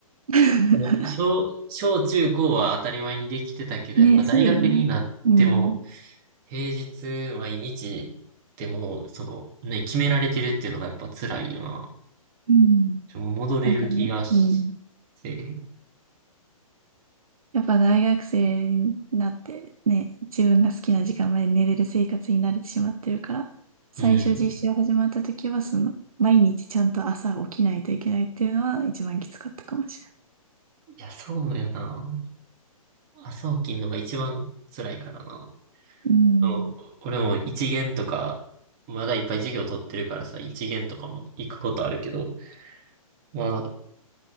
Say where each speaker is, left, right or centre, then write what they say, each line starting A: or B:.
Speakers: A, on the right; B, on the right.
A: <laughs>
B: もう小、小中高は当たり前にできてたけど、
A: ね、
B: やっぱ大学になっても、
A: そうだよね。うん。
B: 平日毎日でもう、その、ね、決められてるっていうのがやっぱ辛いよな。
A: うん。
B: ちょ戻れる気がし
A: なんかね、うん。
B: て。
A: やっぱ大学生になってね、自分が好きな時間まで寝れる生活に慣れてしまってるから、最初実習始まった時は、
B: うん。い
A: その、毎日ちゃんと朝起きないといけないっていうのは一番きつかったかもしれない。
B: や、そうよな。朝起きんのが一番辛いからな。
A: うん。
B: そう、俺も一限とか、まだいっぱい授業取ってるからさ、一限とかも行くことあるけど、まあ、